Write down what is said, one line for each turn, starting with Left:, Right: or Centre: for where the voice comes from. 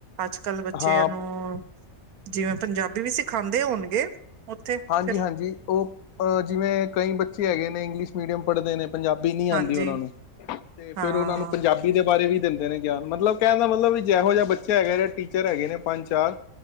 Right: ਅੱਜ ਕੱਲ ਬੱਚਿਆਂ
Left: ਹਾਂ
Right: ਨੂੰ ਜਿਵੇਂ ਪੰਜਾਬੀ ਵੀ ਸਿਖਾਉਂਦੇ ਹੋਣਗੇ। ਉੱਥੇ
Left: ਹਾਂਜੀ-
Right: ਫਿਰ
Left: ਹਾਂਜੀ ਉਹ ਜਿਵੇਂ ਕਈ ਬੱਚੇ ਹੈਗੇ ਨੇ ਇੰਗਲਿਸ਼- ਮੀਡੀਅਮ ਪੜਦੇ ਨੇ ਪੰਜਾਬੀ ਨਹੀਂ ਆਉਂਦੀ
Right: ਹਾਂਜੀ,
Left: ਉਹਨਾਂ ਨੂੰ ਤੇ ਫੇਰ
Right: ਹਾਂ
Left: ਉਹਨਾਂ ਨੂੰ ਪੰਜਾਬੀ- ਦੇ ਬਾਰੇ ਵੀ ਦਿੰਦੇ ਨੇ ਗਿਆਨ ਮਤਲਬ ਕਹਿਣ ਦਾ ਮਤਲਬ ਵੀ ਜਿਹੋ ਜਿਹਾ ਬੱਚੇ ਹੈਗਾ ਜਾਂ ਟੀਚਰ ਹੈਗੇ ਨੇ ਪੰਜ- ਚਾਰ,